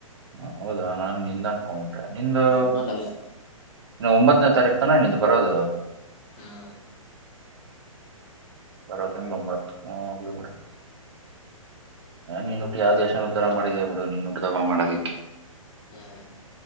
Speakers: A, on the right; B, on the left.
A: ಹ ಹೌದಾ ನಾನು ನಿಂದ ಅನ್ಕೊಂಬಿಟೆ ನಿಂದು
B: ನನ್ನದಲ್ಲ
A: ನಾಳೆ ಒಂಬತ್ತನೇ ತಾರೀಕು ತಾನೆ ನಿಂದು ಬರೋದು
B: ಹೂ
A: ಬರ ತಿಂಗಳು ಒಂಬತ್ತು ಹೋಗ್ಲಿ ಬಿಡು ನೀನ್ುಟ್ಟು ಯಾವ ದೇಶನ ಉದ್ಧಾರ ಮಾಡಿದೇ ಬಿಡು ನೀನ್ ಹುಟ್ಟು ದಬ್ಬ ಮಾಡೋದಿಕ್ಕೆ
B: ಹೂ